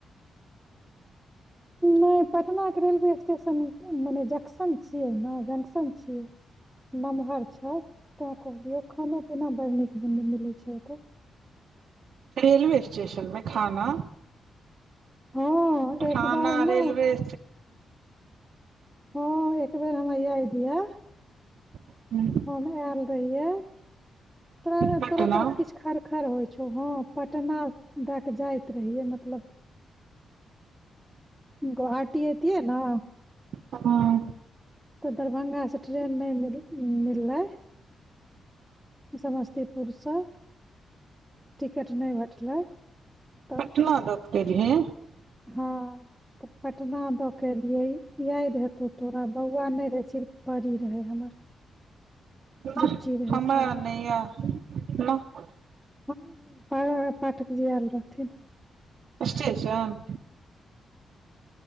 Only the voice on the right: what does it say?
रेलवे स्टेशनमें खाना
खाना
रेलवे
स्टेशन
पटना
ह
पटना दऽ कऽ एलही
नाह
हमरा
नैया नाह
स्टेशन